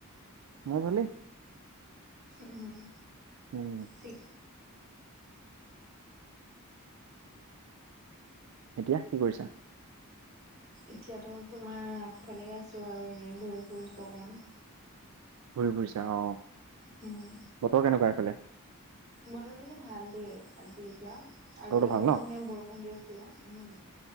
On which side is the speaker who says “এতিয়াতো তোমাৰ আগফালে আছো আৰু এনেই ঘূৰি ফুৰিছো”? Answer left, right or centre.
Right